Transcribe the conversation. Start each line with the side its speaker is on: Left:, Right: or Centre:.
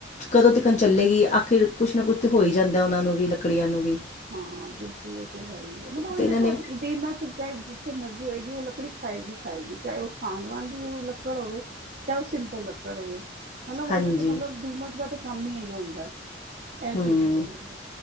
Left: ਕਦੋਂ ਤਿਕੜ ਚੱਲੇਗੀ? ਆਖਿਰ ਕੁਛ ਨਾ ਕੁਛ ਤਾਂ ਹੋ ਹੀ ਜਾਂਦਾ ਉਹਨਾਂ ਨੂੰ ਵੀ। ਲੱਕੜੀਆਂ ਨੂੰ ਵੀ।
Right: ਹਾਂ। ਬਿਲਕੁਲ, ਉਹ ਤੇ ਹੈ ਹੀ ਹੈ। ਮਤਲਬ ਉਹ
Left: ਤੇ ਇਹਨਾਂ
Right: ਦੇਖੋ
Left: ਨੇ
Right: ਦਿਮਕ ਚਾਹੇ ਜਿੱਥੇ ਮਰਜੀ। ਹੋਏਗੀ। ਉਹ ਲੱਕੜੀ ਖਾਏਗੀ ਖਾਏਗੀ। ਚਾਹੇ ਉਹ ਸਾਂਗਵਾਂ ਦੀ ਲੱਕੜ ਹੋਵੇ। ਚਾਹੇ ਉਹ ਸਿੰਪਲ ਲੱਕੜ ਹੋਵੇ। ਮਤਲਬ ਓਹਨੇ,
Left: ਹਾਂਜੀ
Right: ਮਤਲਬ ਡੀਮਕ ਦਾ ਤੇ ਕੰਮ ਹੀ ਹੁੰਦਾ ਹੈ। ਇਹ
Left: ਹੂੰ
Right: ਚੀਜ਼ ਹੋ ਜਾਂਦੀ ਹੈ।